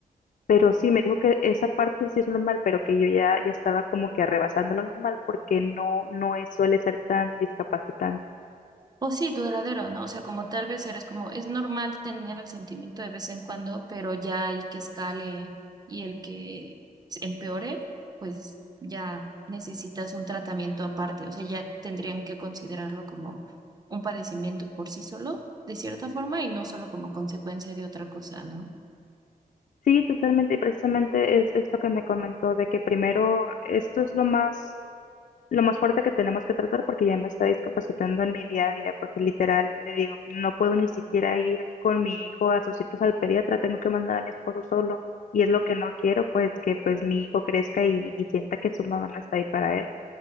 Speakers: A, on the left; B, on the right.
A: pero sí, me dijo que esa parte sí es normal, pero que yo ya, ya estaba como que arrebasando lo normal porque no, no es, suele ser tan discapacitante
B: O sí, duradero, ¿no? O sea, como tal vez eres como, es normal tener el sentimiento de vez en cuando, pero ya el que escale y el que se empeore, pues ya necesitas un tratamiento aparte. O sea, ya tendrían que considerarlo como un padecimiento por sí solo, de cierta forma, y no solo como consecuencia de otra cosa, ¿no?
A: Sí, totalmente, y precisamente es, es lo que me comentó, de que primero esto es lo más, lo más fuerte que tenemos que tratar porque ya me está discapacitando en mi día a día, porque literal le digo, no puedo ni siquiera ir con mi hijo a sus citas al pediatra, tengo que mandar a mi esposo solo, y es lo que no quiero, pues que pues mi hijo crezca y, y sienta que su mamá no está ahí para él.